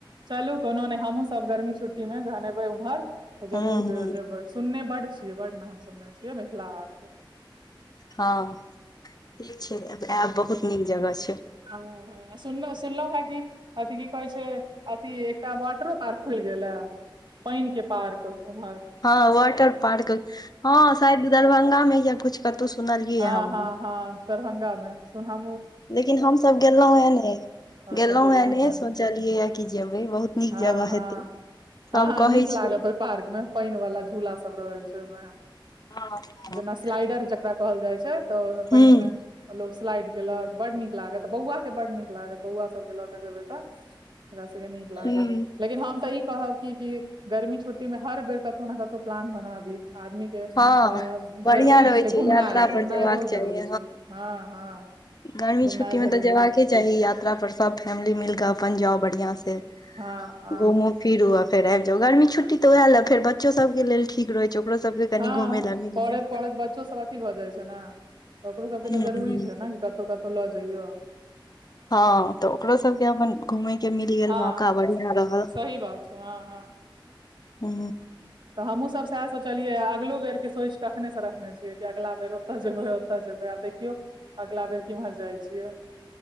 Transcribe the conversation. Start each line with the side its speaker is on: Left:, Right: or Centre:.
Right: चलू कोनो नहि हमहुँ सब गर्मी छुट्टी में जहन एबै उम्हर तऽ जरूर
Left: हूँ हूँ
Right: जेबै सुनने बड छियै बड नाम सुनने छियै मिथिला हाट
Left: हँ ठीक छै आयब बहुत नीक जगह छै
Right: ह सुनल सुनलहु हैं की अथि की कहै छै अथि एकटा वाटरो पार्क फुल गेल पइन के पार्क उम्हर
Left: हँ वाटर पार्क हँ शायद दरभंगा मे या कछ कतहु सुनलियै
Right: हँ
Left: हमँ
Right: हँ हँ दरभंगा मे सुनना
Left: लेकिन हमसभ गेलहुं हे ने
Right: अच्छा
Left: गेलहुँ हे नहि
Right: हन
Left: सोचलियै हए कि जेबै बहुत नीक
Right: हँ
Left: जगह
Right: हँ
Left: हेतै
Right: हँ
Left: सब कहै
Right: नीक लागत
Left: छै
Right: ओहि पार्क में पइन वाला झूला सब रहै छै ओहिमे
Left: ह
Right: जेना स्लाइडर जकरा कहल जाइ छै तऽ ओहिमे पाइन
Left: हूँ
Right: मे आ लोक स्लाइड केलक बड नीक लागत बौआके बड्ड नीक लागत बौआ सभके लऽ कऽ जेबै तऽ ओकरा सबके नीक लागत
Left: हूँ
Right: लेकिन हम तऽ ई कहब क कि गर्मी छुट्टी में हर बेर कतौ ने कतहु प्लान बनाबी आदमी के
Left: हँ
Right: अ
Left: बढ़िआँ
Right: जरूरी
Left: रहै
Right: छै घुमनाइ
Left: यात्रा पर
Right: घूमनाइ
Left: जेबाक
Right: बहुत
Left: चाही
Right: जरूरी छै हँ हँ
Left: गर्मी
Right: घुमनाइ
Left: छुट्टी मे
Right: जरूरी
Left: तऽ जेबाके
Right: छै
Left: चाही यात्रा पर सब फैमिली मिल क अपन जाउ बढ़िया से
Right: हँ हँ
Left: घूम फिर ओ फेर आबि जाउ गर्मी छुट्टी तऽएह ल फेर बच्चो सब केके लेल ठीक रहै छै ओकरो सबके कनि
Right: हँ
Left: घुमय लए मिल
Right: पढ़ेत
Left: गेल
Right: पढ़ैत बच्चो सबथ भऽ जाइ छै ने ओकरो सभके
Left: हूं
Right: तऽ जरूरी
Left: हूं
Right: छै ने कि कतहु कतहु लऽ जइयौ
Left: हँ तऽ ओकरो सब के अपन घूमे के मिल गेल
Right: हँ
Left: मौका बढ़िया रहल
Right: सही बात छै हँ हँ
Left: हू
Right: तऽ हमहूँसब सएह सोचलियै आ अगिलो बेरके सोचि कखनेसँ रखने छियै कि अगिला बेर ओतय जेबै जेब आब देखियौ अगलाा बेर केम्हर जाय छियैह